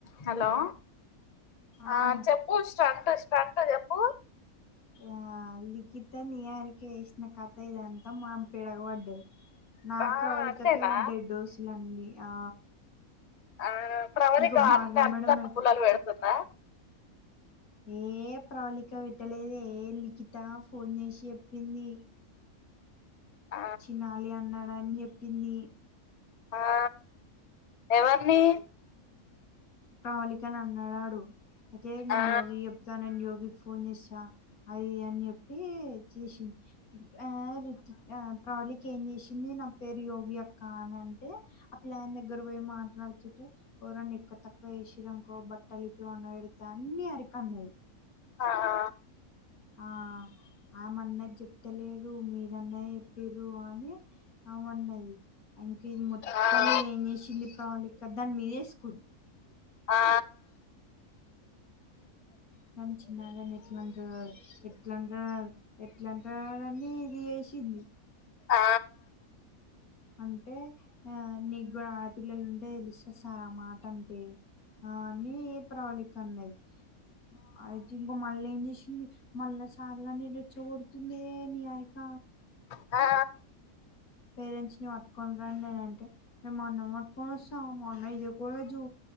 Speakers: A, on the left; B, on the left.
A: Hello
B: ఆనే
A: ఆ చెప్పు స్టంట్ స్టంట్ చెప్పు
B: ఆ లిఖిత నియర్కి ఏసిన కథ ఇదంతా మాం పిడకుబడ్డది నాకు
A: ఆ
B: ప్రవళిక
A: అంతేనా
B: కె బడెడ్ డోసులన్ని ఆ
A: ఆ ప్రబలి
B: ఇంకో
A: గార్డ
B: భార్గవి
A: అంతా
B: మేడం అయితే
A: పులలు పెడుతుందా
B: ఏ ప్రవళిక పెట్టలేదే లిఖిత ఫోన్ చేసి చెప్పింది
A: ఆ
B: చినాలి అన్నాడు అని చెప్పింది
A: ఆ ఎవర్ని
B: ప్రవళికని అన్నాడాడు అయితే నేను
A: ఆ
B: యోగి యోగికి ఫోన్ చేస్న అవి అని చెప్పి చేసింది ఆ ప్రవళికి ఏం జేషింది నా పేరు యోగి అక్క అనంటే ఆ పిల్లాని దగ్గర బొయి మాట్లాడు ఎవురన్న ఎక్కువ తక్కువ వేసిరంకో బట్టలిప్పి వండ పెడత అన్ని అరిక అన్నది
A: ఆ ఆ
B: ఆ ఆమన్నది జెప్తలేరు మీరన్న చెప్పిర్రు అని ఆమన్నది ఇంక ఇది మొత్తం
A: ఆ ఆ ఆ
B: మీద ఏం చేసింది ప్రవళిక దాని మీ వేస్కు
A: ఆ
B: మన చిన్నగాడ్ని ఎట్లంటడాడు ఎట్లంటా ఎట్లంటాదని ఇది ఏసింది
A: ఆ
B: అంటే ఆ నీగ్గు ఆపిల్లలుంటే లిస్తే సార్ ఆ మాటంటే ఆ నీ ప్రవళిక అన్నది అ మళ్ళ ఏం చేసింది మళ్ళా సారుగానె రెచ్చ గొడుతుందే నిఆరిక
A: ఆ
B: పేరెంట్స్ ని పట్టుకోని రండి అనంటే నేను మా అన్న పట్టుకొని వస్తా మా అన్న ఇదే కాలేజు